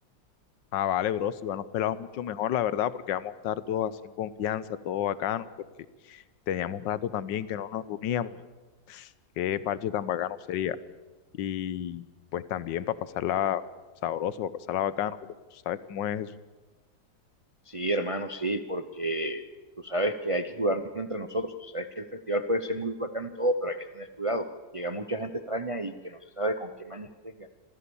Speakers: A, on the left (about 75°); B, on the right (about 60°).
A: Ah, vale, bro, si van los pelados mucho mejor, la verdad, porque vamos a estar todos así en confianza, todo bacano, porque teníamos rato también que no nos reuníamos y qué parche tan bacano sería. Y pues también para pasarla sabroso, para pasarla bacano, bro, tú sabes cómo es eso.
B: Sí, hermano, sí, porque tú sabes que hay que cuidarnos entre nosotros. Tú sabes que el festival puede ser muy bacano y todo, pero hay que tener cuidado. Llega mucha gente extraña y que no se sabe con qué mañas tenga.